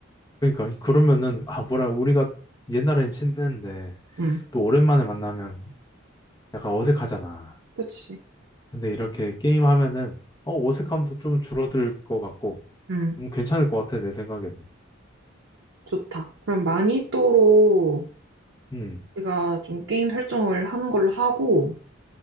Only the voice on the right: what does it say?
음.
그렇지.
음.
좋다. 그럼 마니또로
우리가 좀 게임 설정을 하는 걸로 하고